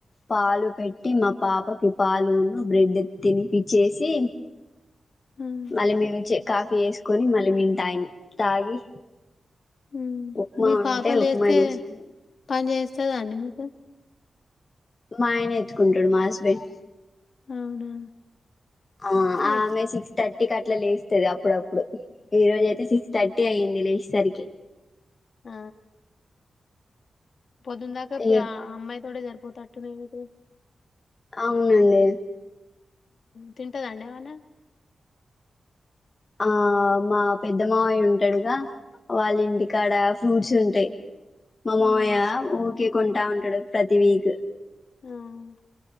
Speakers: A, on the left; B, on the left.
A: పాలు పెట్టి మా పాపకి పాలును బ్రెడ్ తినిపిచ్చేసి
B: ఉమ్,
A: మళ్ళీ మేము కాఫీ చేసుకొని మళ్ళీ మేను తాగినం తాగి
B: ఉమ్
A: ఉప్మా
B: మీ
A: ఉంటే
B: పాప లేస్తే
A: ఉప్మా చేసుకున్నాం
B: పని చేస్తందండి మీకు
A: మా ఆయనేత్తుకుంటూడు మా హస్బెండ్
B: అవునా
A: ఆ ఆమె
B: ఎ
A: సిక్స్ థర్టీకి అట్లా లేస్తుది అప్పుడప్పుడు ఈ రోజ అయితే సిక్స్ థర్టీ అయింది లేచేసరికి
B: ఆ పొద్దున్ దాక
A: ఇగ
B: ఆ అమ్మాయి తోటే సరిపోతట్టు ఉంది మీకు
A: అవును మే
B: తింటదండి ఏమన్నా
A: ఆ మా పెద్ద మావయ్య ఉంటాడుగా వాళ్ళ ఇంటికాడ ఫ్రూట్స్ ఉంటాయి మా మామయ్య
B: ఉమ్,
A: ఊరికే కొంటా ఉంటా ప్రతి వీక్
B: నవును